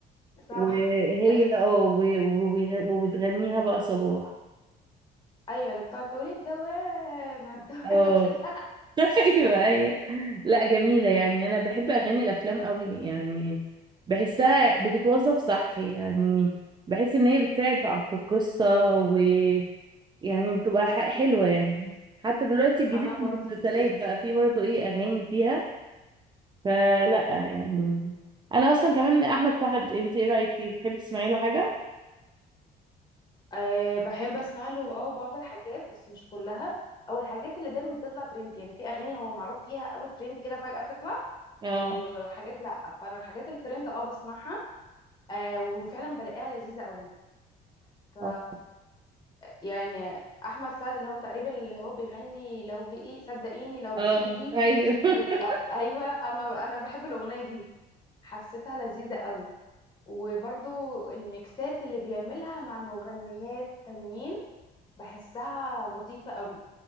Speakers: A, on the left; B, on the right.
A: صح
B: وهي
A: اللي بت-
B: اه و- وبيغ- وبتغنيها بقى صباح
A: ايوه اللي بتاع تقولي الدوامه الدوامه
B: اه
A: <laughs> كده
B: <laughs> ايوه ايوه لا جميلة يعني أنا بحب أغاني الأفلام قوي يعني بحسها بتتوظف صح يعني بحس إن هي بتساعد في في القصة ويعني بتبقى ح- حلوة يعني حتى دلوقتي الجديد
A: انا برضو
B: في المسلسلات
A: كده
B: بقى فيه برضه إيه أغاني فيها فلا يعني أنا أصلا كمان أحمد سعد أنت إيه رأيك فيه بتحبي تسمعي له حاجة؟
A: أه بحب اسمع له اه بعض الحاجات بس مش كلها او الحاجات اللي دايما بتطلع ترند يعني في اغاني هو معروف فيها قوي ترند كده فجاه بتطلع
B: اه
A: وحاجات لا فانا الحاجات الترند اه بسمعها أه وفعلا بلاقيها لذيذه قوي ف
B: اه
A: يعني احمد سعد اللي هو تقريبا اللي هو بيغني لو بايدي صدقيني لو بايدي
B: اه ايوه
A: كنت أ-
B: <laughs>
A: ايوه انا انا بحب الاغنيه دي حسيتها لذيذه قوي وبرضو الميكسات اللي بيعملها مع مغنيات تانيين بحسها لطيفه قوي